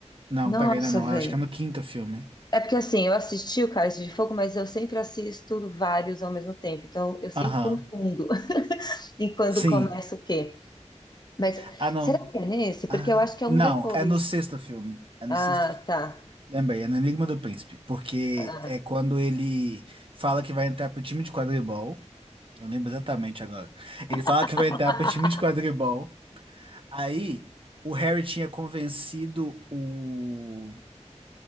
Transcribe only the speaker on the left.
Nossa,
velho.
É porque assim, eu assisti o Cálice de Fogo, mas eu sempre assisto vários ao mesmo tempo, então eu sempre
confundo <laughs> em quando
começa o quê. Mas
será que é nesse? Porque
eu acho que é
um depois.
Ah,
tá.
Ah.
<laughs>